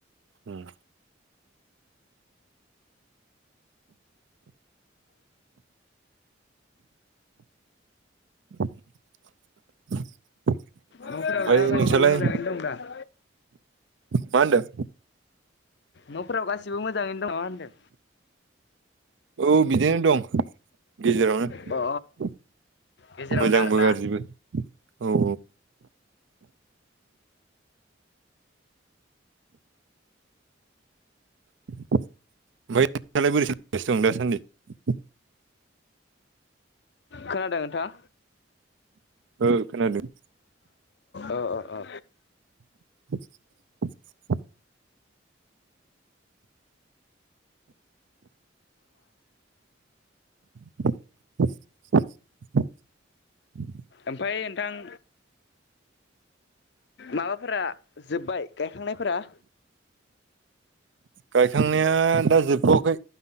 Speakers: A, on the right; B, on the left.
A: उम <inaudible>
B: न'फोराव
A: ओमफ्राय
B: दा गासिबो
A: नोंस्रालाय
B: मोजाङैनो दं दा <inaudible>
A: मा होनदों
B: न'फोराव गासिबो मोजाङैनो दं ना मा होनदों
A: औ बिदिनो दं गेजेरावनो
B: अ गेजेरावनो
A: मोजांबो
B: आरोना
A: गाज्रिबो औ औ <unintelligible>
B: खोनादों नोंथां
A: ओ खोनादों
B: ओ ओ ओ
A: <inaudible> <inaudible>
B: आमफाय नोंथां माबाफोरा जोब्बाय गायखांनायफोरा
A: गायखांनाया दा जोब थवाखै